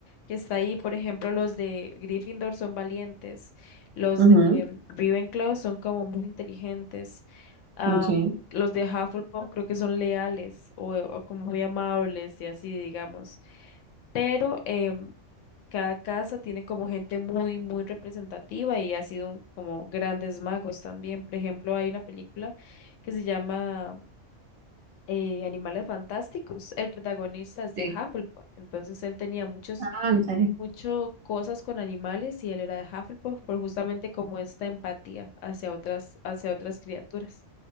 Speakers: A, on the left; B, on the right.
A: que está ahí. Por ejemplo, los de Gryffindor son valientes, los
B: no.
A: de em, Ravenclaw son como muy inteligentes, ah,
B: Ujú, ok.
A: los de Hufflepuff creo que son leales o, o como muy amables y así, digamos. Pero em, cada casa tiene como gente muy, muy representativa y ha sido un- como grandes magos también. Por ejemplo, hay una película que se llama eh, Animales Fantásticos, el protagonista es de
B: Sí.
A: Hufflepuff, entonces él tenía muchos,
B: Ah, en serio.
A: mucho cosas con animales y él era de Hufflepuff por justamente como esta empatía hacia otras, hacia otras criaturas.